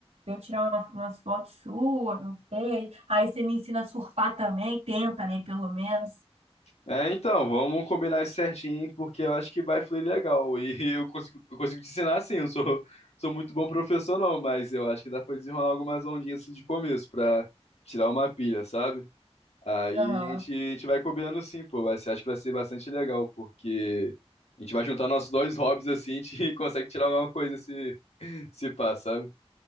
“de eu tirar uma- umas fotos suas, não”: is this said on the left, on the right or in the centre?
Right